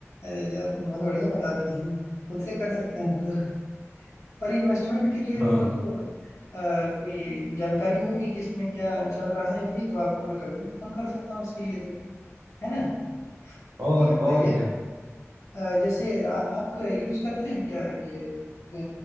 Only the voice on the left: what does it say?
अरे ये तो बहुत बढ़िया बता दिए हैं खुद से कर सकते हैं हम तो और इन्वेस्टमेंट के लिए भी
तो अ, कोई जानकारी होगी कि इसमें क्या चल रहा है अभी तो आपको मैं कभी भी फोन कर सकता हूँ इसके लिए तो है ना
अच्छा ये बताइए
अ, जैसे आ, आप यूज करते हैं क्या ये अ,